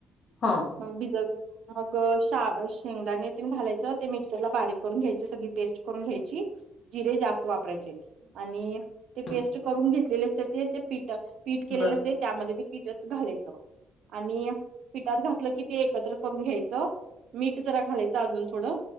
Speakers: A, on the left; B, on the right.
A: हा.
B: मग भिजवत मग शा शेंगदाणे तेन भाजायच ते मिक्सर ला बारीक करून घ्यायची सगळी पेस्ट करून घ्यायची. जिरे जास्त वापरायचे आणि ते
A: हम्म
B: पेस्ट करून घेतलेले असते ते ते पीठ फीट केलेलं
A: बर
B: असते त्यामध्ये पीठ घालायचं. आणि पिठात घातलं कि ते एकत्र करून घ्यायचं. मीठ जरा घालायचं अजून थोडं.